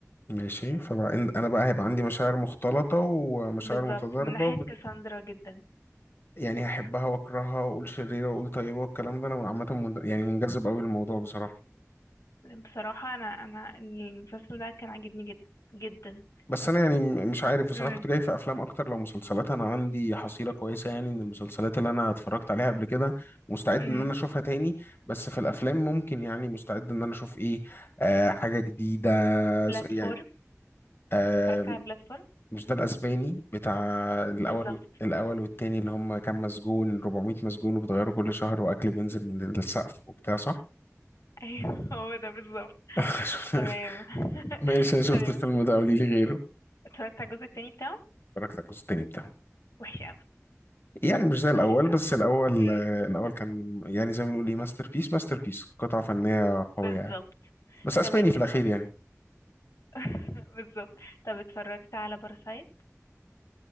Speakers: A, on the left; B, on the left.
A: ماشي فبقى انا بقى هيبقى عندي مشاعر مختلطة ومشاعر
B: بالظبط
A: متضاربة
B: من ناحيه
A: ب-
B: كاساندرا جدا
A: يعني هحبها واكرهها واقول شريرة واقول طيبة والكلام ده انا عامة من- يعني منجذب قوي للموضوع بصراحة
B: بصراحه انا انا المسلسل ده كان عاجبني جدا جدا
A: بس انا يعني م- مش عارف بصراحة
B: امم
A: كنت جاي في افلام اكتر لو مسلسلات انا عندي حصيلة كويسة يعني من المسلسلات اللي انا اتفرجت عليها قبل كده مستعد
B: امم
A: ان انا اشوفها تاني بس في الافلام ممكن يعني مستعد ان انا اشوف ايه آه حاجة جديدة
B: بلاتفورم
A: س- يعني آه،
B: اتفرجت على بلاتفورم
A: مش ده الاسباني بتاع الاول
B: بالظبط
A: و- الاول والتاني اللي هم كام مسجون 400 مسجون وبتغيروا كل شهر واكل بينزل من السقف وبتاع صح
B: <laughs> ايوه هو ده بالظبط
A: <laughs>
B: تمام <laughs>
A: ماشي انا شفت
B: تمام
A: الفيلم ده قولي لي غيره
B: اتفرجت على الجزء التاني بتاعه
A: اتفرجت على الجزء التاني بتاعه
B: وحش قوي
A: يعني مش زي الاول
B: مقرف
A: بس
B: قوي
A: الاول
B: امم
A: آه، الاول كان يعني زي ما بنقول ايه ماستر بيس ماستر بيس قطعه فنيه قويه
B: بالظبط
A: يعني بس اسباني
B: تمام
A: في
B: اتفرج
A: الاخير يعني
B: <laughs> بالظبط طب اتفرجت على باراسايت